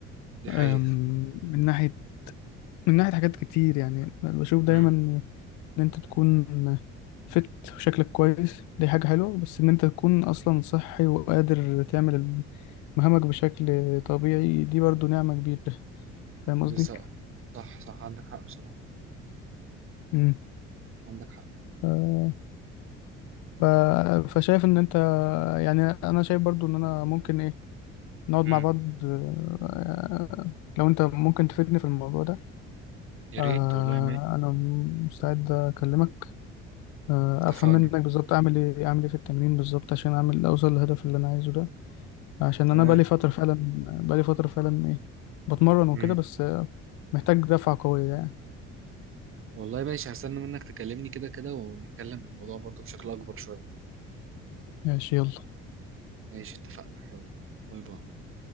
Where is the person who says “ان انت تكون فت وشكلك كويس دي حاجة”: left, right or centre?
Left